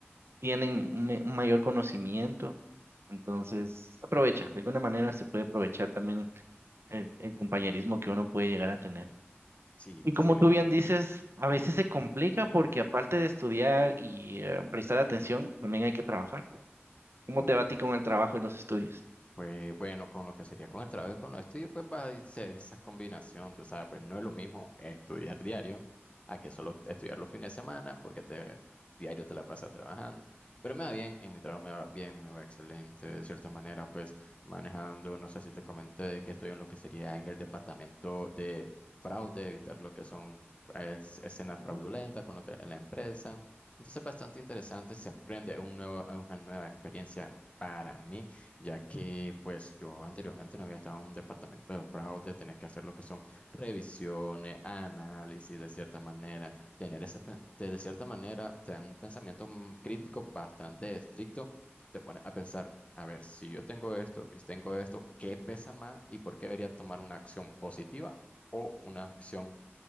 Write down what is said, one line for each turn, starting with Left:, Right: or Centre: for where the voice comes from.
Right: tienen un me- un mayor conocimiento, entonces se aprovecha, de alguna manera se puede aprovechar también el, el compañerismo que uno puede llegar a tener.
Left: Sí, de
Right: Y como
Left: cine.
Right: tú bien
Left: sí,
Right: dices, a veces se complica porque aparte de estudiar y eh, prestar atención, también hay que trabajar. ¿Cómo
Left: correcto.
Right: te va a ti con el trabajo y los estudios?
Left: Pues bueno, con lo que sería con el trabajo y con los estudios, pues va a ser esa combinación, tú sabes, pues no es lo mismo estudiar diario a que solo estudiar los fines de semana porque te, diario te la pasas trabajando. Pero me va bien, en mi trabajo me va bien, me va excelente, de cierta manera, pues manejando, no sé si te comenté que estoy en lo que sería en el departamento de fraude, evitar lo que son pues, escenas fraudulentas
Right: Ujú.
Left: con lo que la empresa. Entonces, bastante interesante, se aprende un nuevo, una nueva experiencia para mí ya que pues yo anteriormente no había estado en un departamento de fraude, tenés que hacer lo que son revisiones, análisis de cierta manera, tener ese, pe- de de cierta manera, te dan un pensamiento mm, crítico bastante estricto, te pones a pensar, a ver, si yo tengo esto y tengo esto, ¿qué pesa más y por qué debería tomar una acción positiva o una acción